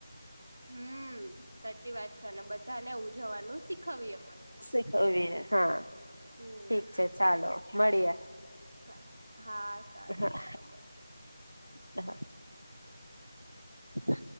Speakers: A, on the right; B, on the right.
A: હમ સાચી વાત છે અને બધા ને ઉજવવાનું સીખ હવે અપ
B: શીખવીએ. હૈ હા.
A: હમ્મ,
B: ઠીક છે ચાલો મળીએ
A: સા હા, સારું,
B: હા
A: ચાલો મળીએ.
B: હા. હા.